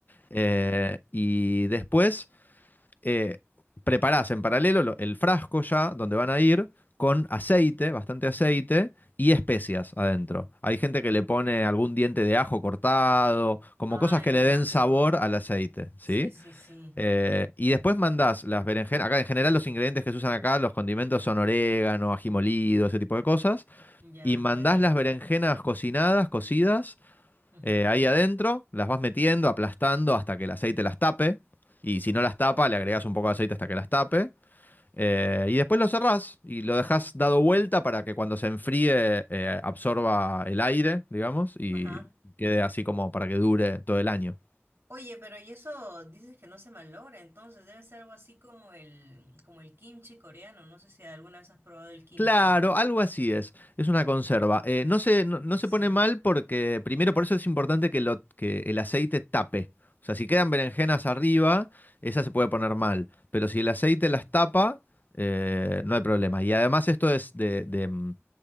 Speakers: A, on the left; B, on the right.
A: Eh,
B: Ujú.
A: y después eh, preparás en paralelo lo- el frasco ya, donde van a ir, con aceite, bastante aceite y especias adentro. Hay gente que le pone algún diente de ajo cortado, como
B: Ay,
A: cosas que
B: buenazo.
A: le den sabor al aceite, ¿sí?
B: Sí, sí, sí.
A: Eh, y después mandás las berenjenas. Acá en general los ingredientes que se usan acá, los condimentos son orégano, ají molido, ese tipo de cosas.
B: Ya,
A: Y mandás
B: vale.
A: las berenjenas cocinadas, cocidas,
B: Ujú.
A: eh, ahí adentro, las vas metiendo, aplastando hasta que el aceite las tape. Y si no las tapa, le agregás un poco de aceite hasta que las tape. Eh, y después lo cerrás y lo dejás dado vuelta para que cuando se enfríe eh, absorba el aire, digamos, y
B: Ajá.
A: quede así como para que dure todo el año.
B: Oye, pero y eso dices que no se malogra, entonces debe ser algo así como el, como el kimchi coreano. No sé si alguna vez has probado el kimchi.
A: Claro, algo así es. Es una conserva. Eh, no se, no, no se
B: Sí.
A: pone mal porque, primero, por eso es importante que, lo, que el aceite tape. O sea, si quedan berenjenas arriba, esa se puede poner mal. Pero si el aceite
B: Ujú.
A: las tapa, eh, no hay problema. Y además esto es de... de, mm,